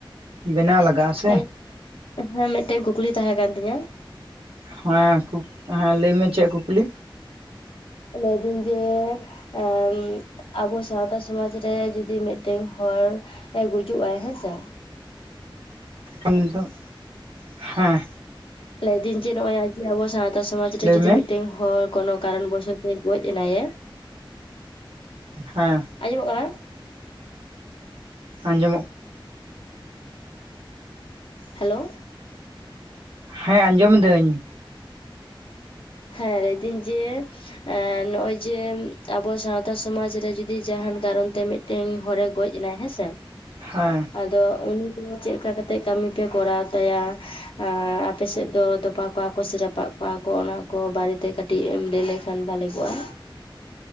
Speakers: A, on the right; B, on the left.
A: ᱵᱮᱱᱟᱣ ᱞᱟᱜᱟᱜᱼᱟ
B: <unintelligible>
A: ᱥᱮ
B: ᱦᱮᱸ ᱢᱮᱫ ᱴᱮᱱ ᱠᱩᱠᱞᱤ ᱛᱟᱦᱮᱸ ᱠᱟᱱ ᱛᱤᱧᱟ?
A: ᱦᱮᱸ ᱠᱩ ᱦᱮᱸ ᱞᱟᱹᱭ ᱢᱮ ᱪᱮᱫ ᱠᱩᱠᱞᱤ᱾
B: ᱞᱟᱹᱭ ᱫᱤᱧ ᱡᱮ ᱮ ᱟᱵᱚ ᱥᱟᱶᱛᱟ ᱥᱚᱢᱟᱡᱽ ᱨᱮ ᱡᱩᱫᱤ ᱢᱤᱫ ᱴᱮᱜ ᱦᱚᱲ ᱜᱩᱡᱩᱜ-ᱟᱭ ᱦᱮᱸᱥᱮ
A: ᱩᱱ ᱫᱚ ᱦᱮᱸ᱾
B: ᱞᱟᱹᱭ ᱫᱟᱹᱧ ᱡᱮ ᱱᱚᱜᱼᱚᱭ, ᱡᱮ ᱟᱵᱚ ᱥᱟᱶᱛᱟ ᱥᱚᱢᱟᱡᱽ ᱨᱮ
A: ᱞᱟᱹᱭ
B: ᱡᱩᱫᱤ
A: ᱢᱮ
B: ᱢᱤᱫ ᱴᱮᱜ ᱦᱚᱲ ᱠᱳᱱᱳ ᱠᱟᱨᱚᱱ ᱵᱚᱥᱚᱛ ᱛᱮ ᱜᱚᱡ ᱮᱱᱟᱭᱟ᱾
A: ᱦᱮᱸ᱾
B: ᱟᱸᱡᱚᱢ ᱚᱜ ᱠᱟᱱᱟ᱾
A: ᱟᱸᱡᱚᱢ ᱚᱜ
B: ᱦᱮᱞᱳ᱾
A: ᱦᱮᱸ ᱟᱸᱡᱚᱢᱤᱫᱟᱹᱧ ᱾
B: ᱦᱮᱸ ᱞᱟᱹᱭ ᱫᱟᱧ ᱡᱮ ᱮᱸ ᱱᱚᱜᱼᱚᱭ ᱡᱮ ᱟᱵᱚ ᱥᱟᱶᱛᱟ ᱥᱚᱢᱟᱡᱽ ᱨᱮ ᱡᱩᱫᱤ ᱡᱟᱦᱟᱱ ᱠᱟᱨᱚᱱ ᱛᱮ ᱢᱤᱫ ᱛᱮᱧ ᱦᱚᱨᱮ ᱜᱚᱡ ᱮᱱᱟᱭ ᱦᱮᱸᱥᱮ ᱾
A: ᱦᱮᱸ ᱾
B: ᱟᱫᱚ ᱩᱱᱤ ᱫᱚ ᱪᱮᱫ ᱞᱮᱠᱟ ᱠᱟᱛᱮᱫ ᱠᱟᱹᱢᱤ ᱯᱮ ᱠᱚᱨᱟᱣ ᱛᱟᱭᱟ ᱟᱯᱮ ᱥᱮᱫ ᱫᱚ ᱛᱚᱯᱟ ᱠᱚᱣᱟ ᱠᱚ ᱥᱮ ᱨᱟᱯᱟᱜ ᱠᱚᱣᱟ ᱠᱚ ᱚᱱᱟ ᱠᱚ ᱵᱟᱨᱮᱛᱮ ᱠᱟᱹᱴᱤᱡ ᱮᱢ ᱞᱟᱹᱭ ᱞᱮᱠᱷᱟᱱ ᱵᱷᱟᱜᱮ ᱠᱚᱜᱼᱟ ᱾